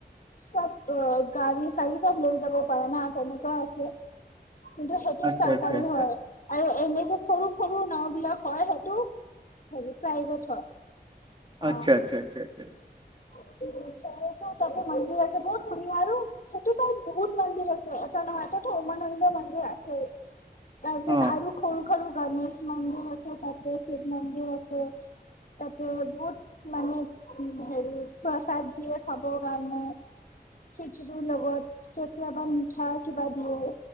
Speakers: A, on the left; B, on the right.
A: চব অ গাড়ী চাৰি চব লৈ যাব পাৰা না তেনেকুৱা আছে। কিন্তু সেইটো
B: আচ্ছা
A: চৰকাৰী
B: আচ্ছা আচ্ছা
A: হয় আৰু এনে যে সৰু সৰু নাও বিলাক হয় সেটো হেৰি প্ৰাইভেট হয়। অ',
B: আত্চ্ছা আত্চ্ছা আত্চ্ছা আচ্ছা
A: <unintelligible> তাতে মন্দিৰ আছে বহুত ধুনীয়া আৰু সেইটো চাইট বহুত মন্দিৰ আছে এটা নহয় এটা উমানন্দ মন্দিৰ আছে। তাৰপিছত
B: অ
A: আৰু সৰু সৰু গণেশ মন্দিৰ আছে তাতে শিৱ মন্দিৰ আছে তাতে বহুত মানে হেৰি প্ৰসাদ দিয়ে খাব কাৰণে খিচিৰি লগত কেতিয়াবা মিঠা কিবা দিয়ে